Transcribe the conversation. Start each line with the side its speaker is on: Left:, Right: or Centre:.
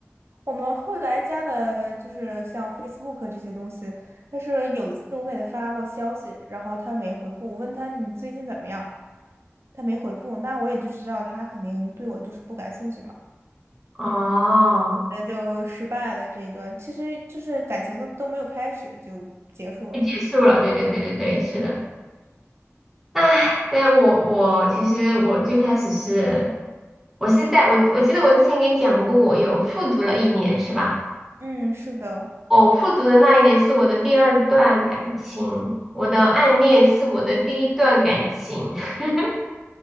Right: 我们后来加了，就是像 Facebook 这些东西，但是有一次我给他发过消息，然后他没回复。我问他你最近怎么样，他没回复，那我也就知道他肯定对我就是不感兴趣嘛，
Centre: 哦，
Right: 那就失败了这一段。其实就是感情都都没有开始就结束了。
Centre: 就结束了，对对对对对，是的。唉，但我我其实我最开始是，我是在我我记得我之前给你讲过，我有复读了一年，是吧？
Right: 嗯，是的。
Centre: 我复读的那一年是我的第二段感情，我的暗恋是我的第一段感情。<laughs>